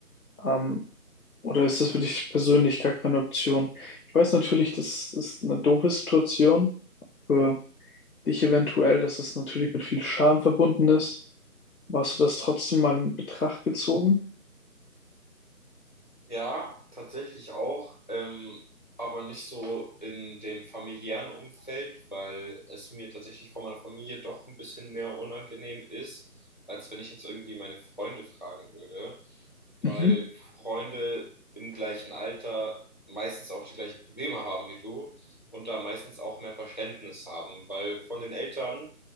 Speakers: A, on the left; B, on the left.
A: Ähm, oder ist das für dich persönlich gar keine Option? Ich weiß natürlich, das ist eine doofe Situation für dich eventuell, dass es natürlich mit viel Scham verbunden ist. Aber Hast du das trotzdem mal in Betracht gezogen?
B: Ja, tatsächlich auch, ähm, aber nicht so in dem familiären Umfeld, weil es mir tatsächlich von meiner Familie doch ein bisschen mehr unangenehm ist, als wenn ich jetzt irgendwie meine Freunde fragen würde, weil
A: Mhm.
B: Freunde im gleichen Alter meistens auch die gleichen Probleme haben wie du und da meistens auch mehr Verständnis haben, weil von den Eltern